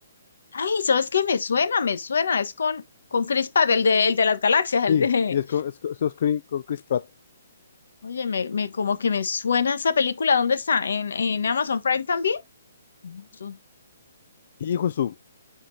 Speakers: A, on the left; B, on the left.
A: Ay, ¿sabes qué? Me suena, me suena. Es con, con Chris Pratt, el de, el de las galaxias, el
B: Sí,
A: de...
B: sí, es con, es con- es con Chris con Chris Pratt.
A: Oye, me, me, como que me suena esa película. ¿Dónde está? ¿En, en Amazon Prime también? Amazon.
B: Hijo de su,